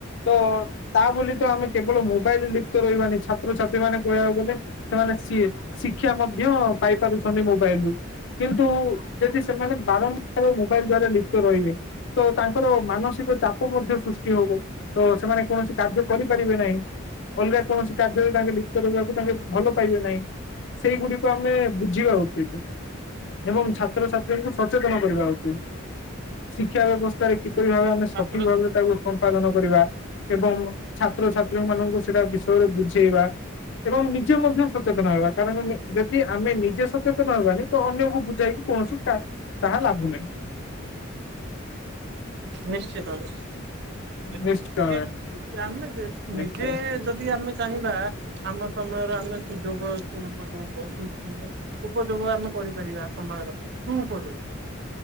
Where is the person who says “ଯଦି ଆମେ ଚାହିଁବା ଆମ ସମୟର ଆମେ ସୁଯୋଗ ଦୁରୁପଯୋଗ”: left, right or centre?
Right